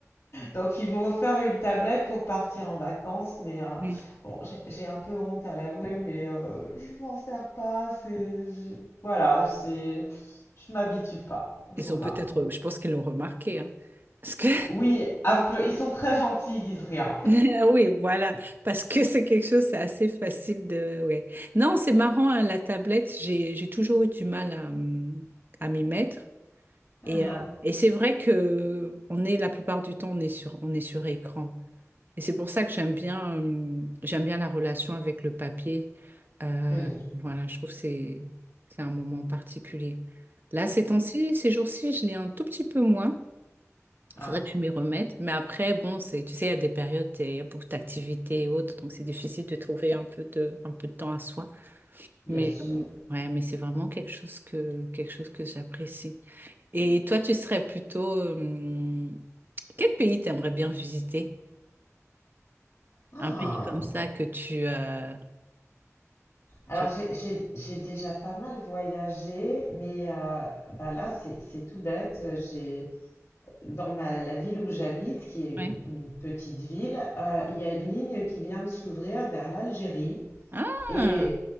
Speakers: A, on the left; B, on the right.
A: Donc ils m'ont offert une tablette pour partir en vacances, mais euh,
B: Oui.
A: bon, j'ai j'ai un peu honte à l'avouer, mais euh, je m'en sers pas. C'est je- voilà, c'est je m'habitue pas. Voilà.
B: Ils ont peut-être,
A: donc.
B: je pense qu'ils l'ont remarqué, hein. Parce que,
A: oui, un peu. Ils sont très gentils, ils disent rien.
B: <laughs> oui, voilà, parce que c'est quelque chose, c'est assez facile de, ouais. Non, c'est marrant, hein, la tablette, j'ai, j'ai toujours eu du mal à, hum, à m'y mettre.
A: <laughs>
B: Et,
A: Ah,
B: euh, et c'est vrai que on est, la plupart du temps, on est sur, on est sur écran. Et c'est pour ça que j'aime bien, hum, j'aime bien la relation avec le papier. Euh,
A: ah. Hmm.
B: voilà, je trouve que c'est, c'est un moment particulier. Là, ces temps-ci,
A: Mm.
B: ces jours-ci, je l'ai un tout petit peu moins. Faudrait
A: Ah,
B: que je m'y remette. Mais après, bon, c'est, tu sais, il y a des périodes, t'es- il y a beaucoup d'activités et autres, donc c'est difficile de trouver un peu de, un peu de temps à soi.
A: bien
B: Mais
A: sûr.
B: euh, ouais, mais c'est vraiment quelque chose que, quelque chose que j'apprécie. Et toi, tu serais plutôt, euh, quel pays t'aimerais bien visiter?
A: Ah.
B: Un pays comme ça que tu, euh,
A: Alors
B: tu...
A: j'ai j'ai- j'ai déjà pas mal voyagé, mais euh, bah là c'est c'est tout bête. J'ai. dans ma- la ville où j'habite, qui est une,
B: Ouais.
A: une petite ville, euh, il y a une ligne qui vient de s'ouvrir vers l'Algérie.
B: Ah,
A: Et,